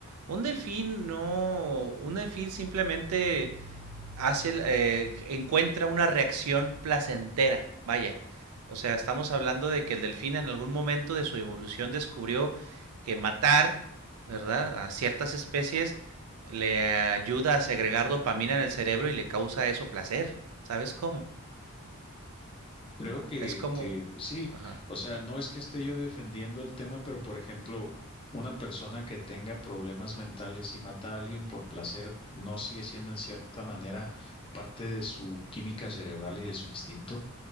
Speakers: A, on the right (about 80°); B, on the left (about 25°).
A: un delfín no, un delfín simplemente hace, el- eh, encuentra una reacción placentera. Vaya, o sea, estamos hablando de que el delfín en algún momento de su evolución descubrió que matar, ¿verdad? A ciertas especies le ayuda a segregar dopamina en el cerebro y le causa eso placer. ¿Sabes cómo?
B: Creo que,
A: Es como...
B: que sí.
A: Ajá.
B: O sea, no es que esté yo defendiendo el tema, pero por ejemplo, una persona que tenga problemas mentales y mata a alguien por placer, ¿no sigue siendo en cierta manera parte de su química cerebral y de su instinto?